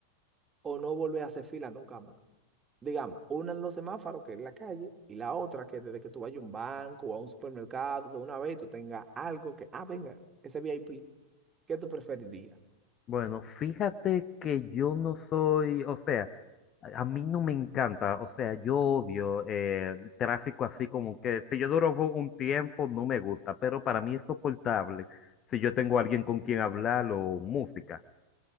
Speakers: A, on the right; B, on the left.
A: o no volver a hacer fila nunca más? digamos, una en los semáforos, que es la calle, y la otra que desde que tú vayas a un banco o a un supermercado, de una vez tú tengas algo que, ah, venga, ese VIP, ¿qué tú preferirías?
B: Bueno, fíjate que yo no soy, o sea, a a mí no me encanta, o sea, yo odio eh, el tráfico así como que si yo duro bo- un tiempo no me gusta, pero para mí es soportable si yo tengo a alguien con quien hablar o música.